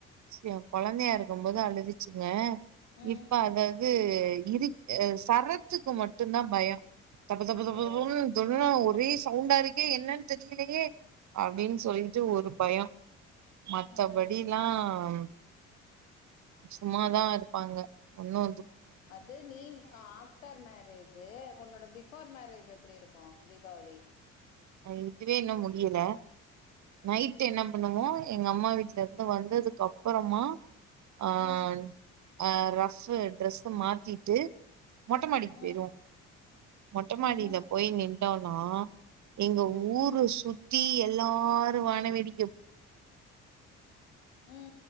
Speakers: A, on the right (about 45°); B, on the left (about 85°).
A: சியா குழந்தையா இருக்கும்போது அழுதுச்சுங்க
B: ம்
A: இப்ப அது-அது இரு ஆ சரத்துக்கு மட்டுந்தா பயோ தப-தப-தப-தப
B: ஓ
A: <unintelligible> ஓரே சவுண்டா இருக்கே என்னன்னு தெரியலையே அப்டின்னு சொல்லிட்டு ஒரு பயோ மத்தபடிலா
B: ம்
A: ஆம் சும்மாதா இருப்பாங்க ஒன்னோ
B: அது நீ ஆஃப்டர் மேரேஜ் ஜி உன்னோட பிஃபோர் மேரேஜ் எப்டி இருக்கோ தீபாவளி
A: அ இதுவே இன்னோ முடியல நைட் என்ன பண்ணுவோ எங்க அம்மா வீட்டுலருந்து வந்ததுக்கு அப்புறமா ஆன்
B: ம்
A: ஆ ரஃப் ட்ரெஸ்ச மாத்திட்டு மொட்டமாடிக்கு
B: ம்
A: போயிருவோ மொட்டமாடியில
B: ம்
A: போயி நின்ன யோனா எங்க ஊர சுத்தி எல்லாரு வானவேடிக்க
B: ம்